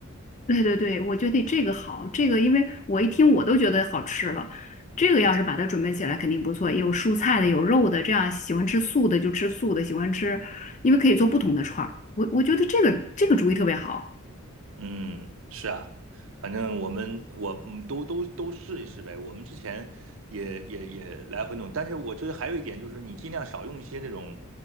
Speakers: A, on the left; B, on the right.
A: 对对对，我觉得这个好，这个因为我一听我都觉得好吃了。这个要是把它准备起来肯定不错，
B: 嗯。
A: 有蔬菜的，有肉的，这样喜欢吃素的就吃素的，喜欢吃，因为可以做不同的串儿。我我觉得这个这个主意特别好。
B: 嗯，是啊，反正我们我嗯都都都试一试呗。我们之前也也也来回弄，但是我觉得还有一点就是，你尽量少用一些那种，